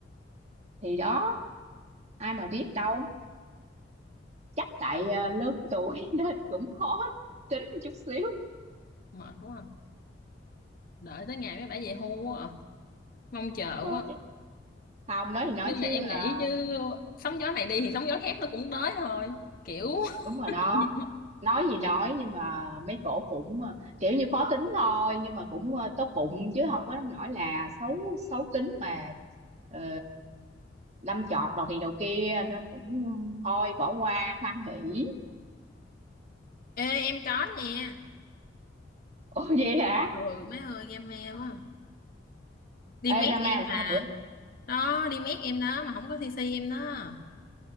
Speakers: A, on the right; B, on the left.
A: thì đó ai mà biết đâu chắc tại ờ, lớn tuổi <laughs> nên cũng khó tính chút xíu
B: mệt đúng không đợi tới ngày mấy bả về hưu quá à. mong chờ
A: thôi
B: quá à.
A: chứ không nói thì nói
B: nhưng mà
A: chứ
B: em
A: ờ,
B: nghĩ chứ sóng gió này đi thì sóng gió khác nó cũng tới thôi kiểu
A: đúng rồi
B: <laughs>
A: đó nói gì nói nhưng mà mấy cổ cũng ờ, kiểu như khó tính thôi nhưng mà cũng ờ, tốt bụng chứ không có nói là xấu xấu tính mà ờ, đâm chọt đầu thì đầu kia nên cũng thôi bỏ qua hoan hỉ
B: ê em có nha
A: ồ vậy hả
B: ừ mấy ơi game me quá à. đi mét
A: ê Rama
B: em mà
A: sao bữa
B: đó đi mét em đó mà không có cc em đó